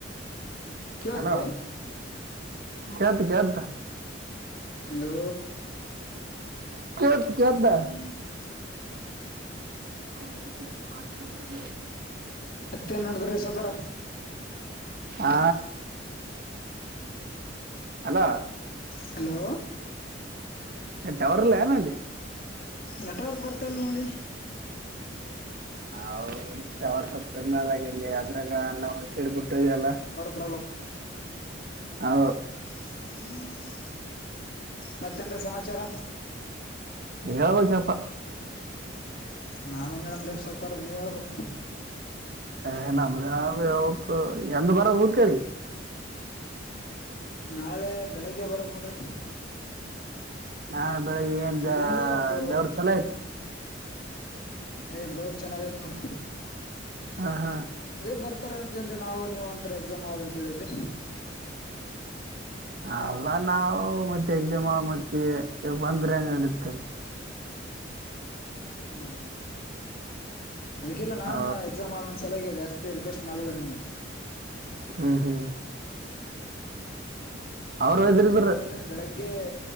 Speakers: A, on the left; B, on the right.
A: ಕೇಳದ್ರಿ
B: ಹಲೋ ಕೇಳ್ತ ಕೇಳ್ತ
A: ಹಲೋ
B: ಕೇಳ್ತದ ಕೇಳ್ತದ್
A: ಹ್ಮ
B: <inaudible>
A: ಮತ್ತೆನ ನಡದದ್ರಿ ಸೌಕರ
B: ಆ ಅಲೋ
A: ಹಲೋ
B: ಟವರ್ ಇಲ್ಲ ಏನಲ್ಲಿ
A: ನೆಟ್ವರ್ಕ್ ಬರ್ತ ಇಲ್ಲ ನೋಡಿ
B: ಹೌದ ಟವರ್ ಸ್ವಪ್ ಕಡಿಮೆಯಾದ ಇಲ್ಲಿ ಅದರಾಗ ನಾವು ಈಕಡ್ಬಿಟ್ಟ ಇಲ್ಲ
A: ಪ್ರಾಬ್ಲಮದ್
B: ಹೌ
A: ಹ್ಮ್ <inaudible> ಮತ್ ಏನ್ರೀ ಸಮಾಚಾರ
B: ಹೇಳ್ಬೇಕಪ್ಪ
A: ನಾವೇನ ಹೇಳಮ್ರಿ ಸೌಕಾರ ನೀವ ಹೇಳಬೇಕ
B: ಏ ನಮ್ದೆ ನಾವ ಹೇಳಬಕ ಎಂದ ಬರವ ಊರ್ ಕಡಿಗ
A: ನಾಳೆ ಬೆಳೆಗ್ಗೆ ಬರಬಕ ನೋಡ್ರಿ
B: ನಾಳೆ ಬೆಳಿಗ್ಗೆ ಏನ್ ದ
A: ಇಲ್ಲಿಂದ ಒಂದು
B: ದೇವ್ರ ಚಲೋ ಆಯ್ತ
A: ಏ ದೇವರ ಚೆನ್ನಾಗೈತ ನೋಡ್
B: ಹಾ ಹಾ
A: ಅದೇ ಬರ್ತಾರ ಅಂತ ದಿನ ನಾವು ನೀವ ಅಂತರ ಎಕ್ಸಾಮ್ ಆದ್ ಅಂತ ಹೇಳಿದ್ರಿ
B: ಅಲ್ಲ ನಾವು ಮತ್ತೆ
A: ಅದಕ್
B: ಎಕ್ಸಾಮ್ ಮತ್ತೆ ಬಂದ್ರ ಏನಡಿತದಲ್ಲಿ
A: ಹೌದೌದು ಅದಕ್ಕೆಲ್ಲ ನಾನ
B: ಆ,
A: ಎಕ್ಸಾಮ್ ಆದಂದ್ ಸಲೆಗೆ ಜಾಸ್ತಿ ತಿ ರಿಕ್ವೆಸ್ಟ್ ಮಾಡಲಿಲ್ಲ ನಿಮ್ಗ
B: ಹ್ಮ ಹ್ಮ ಅವ್ರು ಒದ್ರಿದ್ರು
A: ನಾಳೆ ನಾವುನ್ ಇಲ್ಲಿಂದ ಬೆಳಗ್ಗೆ